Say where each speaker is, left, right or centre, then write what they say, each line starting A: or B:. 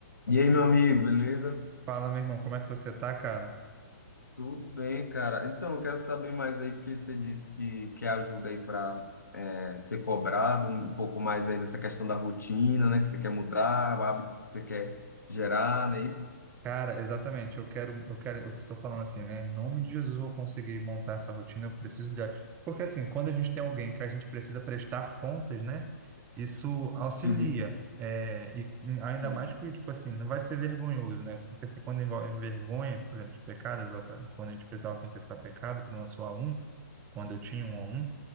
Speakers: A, on the left; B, on the right.
A: E aí, meu amigo, beleza?
B: Fala, meu irmão, como é que você tá, cara?
A: Tudo bem, cara. Então, eu quero saber mais aí, porque você disse que quer ajuda aí para ser cobrado, um pouco mais aí nessa questão da rotina, né? Que você quer mudar, hábitos que você quer gerar, não é isso?
B: Cara, exatamente, eu quero, eu quero, eu tô falando assim, né? Em nome de Jesus, eu vou conseguir montar essa rotina, eu preciso de... Porque assim, quando a gente tem alguém que a gente precisa prestar contas, né? Isso auxilia,
A: Sim,
B: é, e ainda
A: sim.
B: mais que, tipo assim, não vai ser vergonhoso, né? Porque assim, quando envolve vergonha, por exemplo, de pecado, exatamente, quando a gente precisava confessar pecado para o nosso A1, quando eu tinha um A1,